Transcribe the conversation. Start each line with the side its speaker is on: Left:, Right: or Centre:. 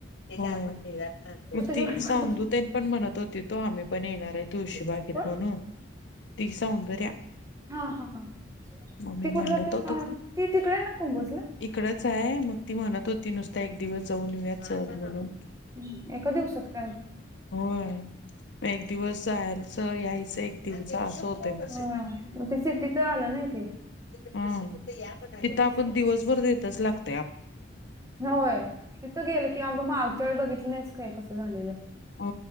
Left: मग ती
Right: वाट बघत
Left: सांदुतान पण म्हणत होती तो आम्ही पण येणार आहे. तुळशी बागेत
Right: कोण
Left: म्हणून ति सौंदर्या
Right: हा हा हा.
Left: मग मी
Right: ती कुठं
Left: म्हणत
Right: राहते
Left: होत
Right: हा
Left: होते
Right: ती तिकडे आहे ना कुंभोजला
Left: इकडच आहे मग ती म्हणत होती. ती नुसता एक दिवस जाऊन येऊयात. म्हणून
Right: हम्म, एका दिवसात काय
Left: होय. म एक दिवस जायलाच यायचं एक दिवस असं होतय
Right: हं,
Left: मा
Right: मग ते सिटी <unintelligible>
Left: हम इथ
Right: हम्म.
Left: आपण दिवसभर देतच लागत.
Right: होय तिथं गेलं की अगं मग आगच्या वेळी बघितलं नाहीस काय कसं झालेलं.
Left: हो